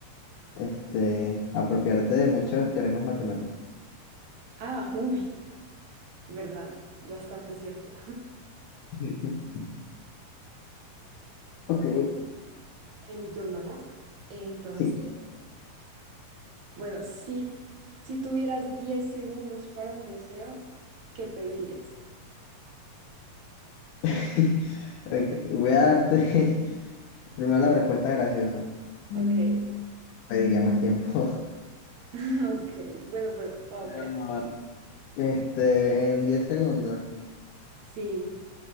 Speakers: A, on the left (about 75°); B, on the right (about 60°).
A: este, apropiarte de muchos teoremas matemáticos.
B: Ah, uy, verdad, bastante cierto.
A: <laughs> Ok,
B: En mi turno, ¿no? Entonces,
A: sí.
B: bueno, si, si tuvieras 10 segundos para un deseo, ¿qué pedirías?
A: <laughs> Ok, voy a darte <laughs> Primero la respuesta graciosa. Mm,
B: Ok,
A: Pediría más tiempo. <laughs>
B: <laughs> ok. Bueno, pero, wow,
A: Pero
B: crack.
A: no. Este, en 10 segundos.
B: Sí,